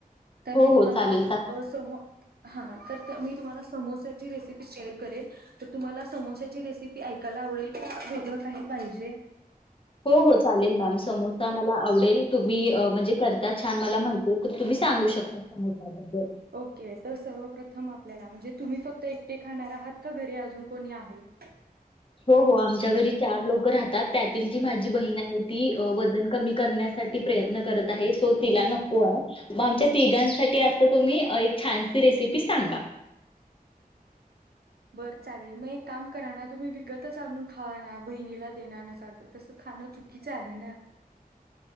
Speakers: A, on the right; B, on the left.
A: तर
B: हो
A: मी
B: हो
A: तुम्हाला
B: चालेल चालेल
A: अ. समो हा तर त मी तुम्हाला समोस्याची रेसिपी शेअर करेलं. तर तुम्हाला समोश्याची रेसिपी ऐकायला आवडेल का वेगळं काही पाहिजे.
B: हो हो चालेल मॅम समोता मला आवडेल तुम्ही अ म्हणजे करता छान मला माहितीय, तर तुम्ही सांगू शकता समोसबद्दल.
A: ओके तर सर्वप्रथम आपल्याला म्हणजे तुम्ही फक्त एकटे खाणार आहात का घरी अजून कोणी आहे? <inaudible>
B: हो हो आमच्या घरी चार लोक राहतात, त्यातील जी माझी बहीण आहे ती वजन कमी करण्यासाठी प्रयत्न करत आहे, सो तिला नको आहे. म आमच्या तिघांसाठी आता तुम्ही एक छानसी रेसिपी सांगा?
A: बरं चालेल मग एक काम करा ना तुम्ही विकतच आणून खावा ना बहिणीला देणार नसाल तर तसं खाणं चू कीच आहे ना.